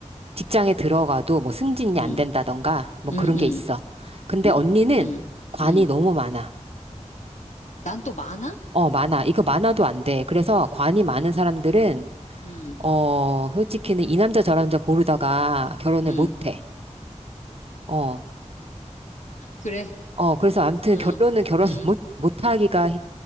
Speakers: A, on the right; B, on the left.
A: 직장에 들어가도 뭐 승진이
B: 응,
A: 안 된다던가, 뭐
B: 응,
A: 그런
B: 응,
A: 게 있어. 근데
B: 응,
A: 언니는
B: 응,
A: 관이
B: 응.
A: 너무 많아.
B: 난 또 많아?
A: 어, 많아. 이거 많아도 안 돼. 그래서 관이 많은
B: 응,
A: 사람들은,
B: 응,
A: 어, 솔직히는 이 남자 저 남자 고르다가 결혼을
B: 응.
A: 못 해. 어.
B: 그래.
A: 어, 그래서 아무튼
B: 응,
A: 결론은 결혼
B: 응,
A: <laughs> 못, 못하기가, 힘-